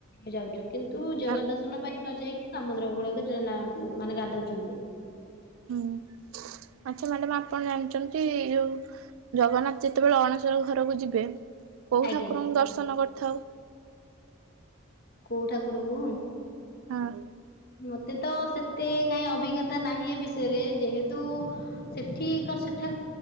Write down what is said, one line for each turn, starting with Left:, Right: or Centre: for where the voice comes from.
Left: ଯାଉଛୁ କିନ୍ତୁ ଜଗା
Right: ଆ
Left: ଦର୍ଶନ ପାଇଁ ନ ଯାଇକି ସମୁଦ୍ର ଗୁଡ ଯୈନା ମାନେ ଗାଧଉଛନ୍ତି। <unintelligible>
Right: ହୁଁ। ଆଚ୍ଛା ମ୍ୟାଡାମ, ଆପଣ ଜାଣିଛନ୍ତି ଯୋଉ ଜଗନ୍ନାଥ ଯେତେବେଳେ ଅଣସର ଘରକୁ ଯିବେ କୋଉ
Left: ଆଜ୍ଞା
Right: ଠାକୁରଙ୍କୁ ଦର୍ଶନ କରିଥାଉ-
Left: କୋଉ ଠାକୁର କୁ
Right: ହଁ।
Left: ମତେ ତ ସେତେ କାହି ଅଭିଜ୍ଞତା ନାହିଁ ଏ ବିଷୟରେ, ଯେହେତୁ ସେଠି କର ସେଠା